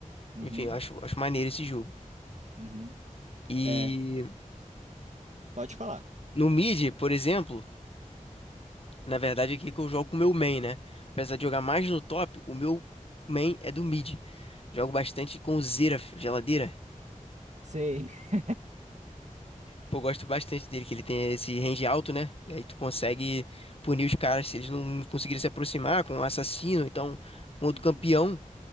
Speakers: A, on the right; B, on the left.
A: uhum.
B: Enfim, eu acho, acho maneiro esse jogo.
A: Uhum.
B: E
A: É, Pode falar.
B: no mid, por exemplo. Na verdade, aqui que eu jogo com o meu main, né? Apesar de jogar mais no top, o meu main é do mid. Jogo bastante com o Xerath, geladeira.
A: sei. <laughs>
B: Pô, gosto bastante dele, que ele tem esse range alto, né? E aí tu consegue punir os caras se eles não conseguirem se aproximar com um assassino, então com outro
A: Uhum,
B: campeão,